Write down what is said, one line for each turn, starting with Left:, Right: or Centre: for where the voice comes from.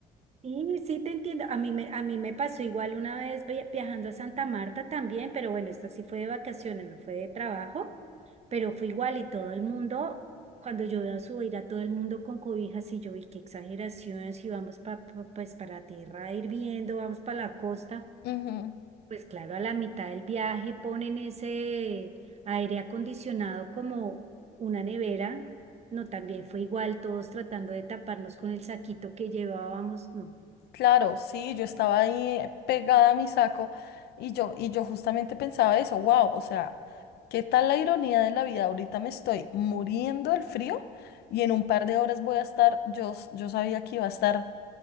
Right: Sí, sí te entiendo. A mí me, a mí me pasó igual una vez via- viajando a Santa Marta también, pero bueno, esta sí fue de vacaciones, no fue de trabajo, pero fue igual y todo el mundo, cuando yo veo subir a todo el mundo con cobijas y yo vi qué exageración, si vamos pa- pa- pues para tierra hirviendo, vamos para la costa,
Left: Ujú.
Right: pues claro, a la mitad del viaje ponen ese aire acondicionado como una nevera. No, también fue igual, todos tratando de taparnos con el saquito que llevábamos. No.
Left: Claro, sí, yo estaba ahí eh, pegada a mi saco y yo, y yo justamente pensaba eso, wow, o sea, ¿qué tal la ironía de la vida? Ahorita me estoy muriendo del frío y en un par de horas voy a estar, yo, s- yo sabía que iba a estar